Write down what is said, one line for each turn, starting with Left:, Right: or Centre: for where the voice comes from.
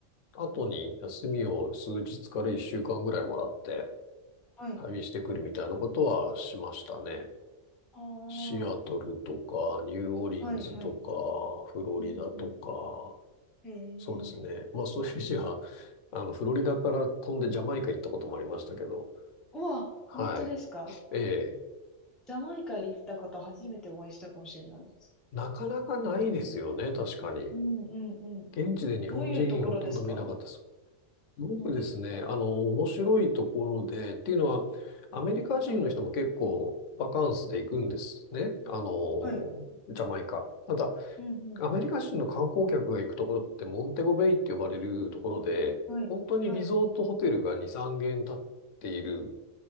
Left: 後に休みを数日から1週間ぐらいもらって
Centre: はい。
Left: 旅してくるみたいなことはしましたね。
Centre: ああ、
Left: シアトルとか、ニューオーリンズとか、
Centre: はいはい。
Left: フロリダとか、
Centre: うんうん。へ
Left: そうですね。
Centre: え。
Left: まあそういう意味では <laughs> あの、フロリダから飛んでジャマイカ行ったこともありましたけど、
Centre: うわ、
Left: はい。
Centre: 本当ですか。
Left: ええ、
Centre: ジャマイカ行った方初めてお会いしたかもしれないです。
Left: なかなかないですよね、確かに。
Centre: うんうんうん。
Left: 現地で日本人ほとんど見なかったです。
Centre: どういうところですか
Left: すごくですね、
Centre: そうですよね。
Left: あの、面白いところで、っていうのは、アメリカ人の人も結構バカンスで行くんですね。あの、
Centre: はい。
Left: ジャマイカ。ただ、
Centre: うんうん。
Left: アメリカ人の観光客が行くところってモンテゴベイって呼ばれるところで、
Centre: はい。
Left: 本当にリゾートホテルが2、
Centre: はい。
Left: 3軒建っている